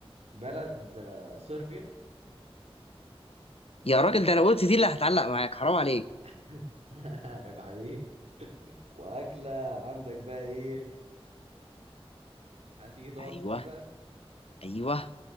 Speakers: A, on the right; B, on the left.
A: بلد آه، صربيا
B: يا راجل ده انا قلت دي اللي هتعلق معاك حرام عليك
A: <laughs> عيب عليك واكله عندك بقى ايه هتيجي تقف
B: ايوه
A: في دي بقى
B: ايوه